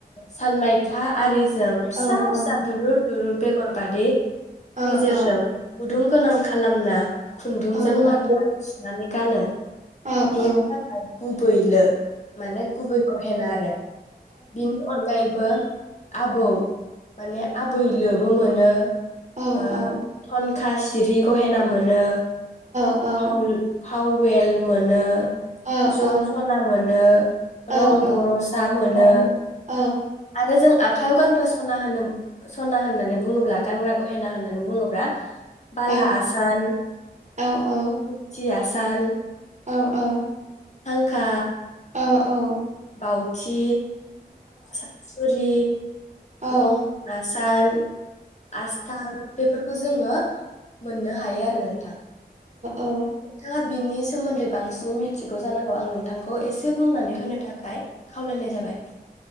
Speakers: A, on the left; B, on the right.
A: साननाय था आरि ओं फिसा
B: औ औ
A: फिसा दुलुर लु बेगर बादि
B: औ
A: गेजेरजों
B: औ
A: गुदुं गोनां खालामना खुन्दुंजों
B: औ नंगौ
A: माला सुनानै गानो
B: औ
A: बेयो
B: औ
A: जाबाय गुबै लो माने गुबै गहेना आरो बिनि अनगायैबो आबौ माने आबै लो बो मोनो ओ
B: औ
A: थन खा सिरि गहेना मोनो
B: औ
A: फावउल फाववेल मोनो
B: औ
A: जं
B: औ
A: सना मोनो
B: औ
A: रं बर'सा मोनो
B: औ औ
A: आरो जों आखायाव गानग्रा सना होनो सना होननानै बुङोब्ला गानग्रा गहेना होननानै बुङोबा बाला
B: औ
A: आसान
B: औ औ
A: मुगथि आस सान
B: औ औ
A: खा
B: औ औ
A: बाउथि आसान सुरि
B: औ
A: गंखन आसान आस्थाम बेफोरखौ जोङो मोननो हायो आरो नोंथां
B: औ
A: नोंथाङा बिनि सोमोन्दै बांसिनै मिथिगौ जानांगौ आं नोंथांखौ एसे बुंनानै होनो थाखाय खावलायनाय जाबाय